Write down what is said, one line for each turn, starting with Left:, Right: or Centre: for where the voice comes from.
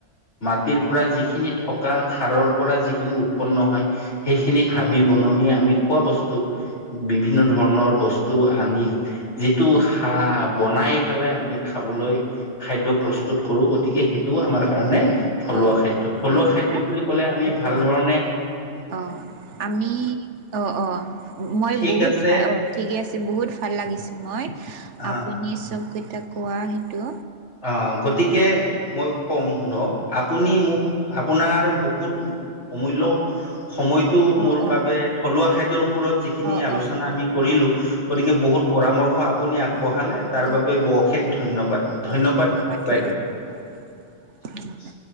Left: মাটিৰ পৰা যিখিনি থক কা খাৰৰ পৰা যিখিনি উৎ উৎপন্ন হয় সেইখিনিক হাবি বননিয়ে আমি খোৱা বস্তু বিভিন্ন ধৰণৰ বস্তু ও আনি যিটো
Right: অ
Left: খা বনাই ফালে আমি খাবলৈ খাদ্য প্ৰস্তুত কৰোঁ, গতিক এ, সেইটোও আমাৰ কাৰণে থলুৱা
Right: অ
Left: খাদ্য।
Right: হয়
Left: থলুৱা
Right: হয় দিনা
Left: খাদ্য বুলি ক'লে আমি
Right: অ
Left: ভাল
Right: অ
Left: ধৰণে
Right: অ', আমি অ', অ', মই
Left: ঠিক
Right: বহুত
Left: আছে
Right: খাই, অ', ঠিকে আছে বহুত বহুত ভাল লাগিছে মই
Left: আহ
Right: আপুনি চবকেইটা কোৱা সেইটো।
Left: অ', গতিকে মই ক'ম
Right: অ অ
Left: শুনক, আপুনি
Right: ৰ
Left: মোক <unintelligible> পোনাৰ বহুত অমূল্য সময়টো মোৰ
Right: অ
Left: বাবে
Right: অ
Left: থলুৱা খাদ্যৰ ওপৰত যিখিনি
Right: অ
Left: আলোচনা
Right: অ হয়
Left: আমি কৰিলোঁ,
Right: হয়
Left: গতিকে
Right: দে
Left: বহুত পৰামৰ্শ আপুনি আগবঢ়ালে,
Right: অ
Left: তাৰ
Right: ঠিক
Left: বাবে বশেষ ধন্যবাদ। ধন্যবাদ
Right: অ
Left: বাইদেউ,
Right: ধন্যবাদ অ
Left: ঠিক
Right: ধন্যবাদ
Left: আছে।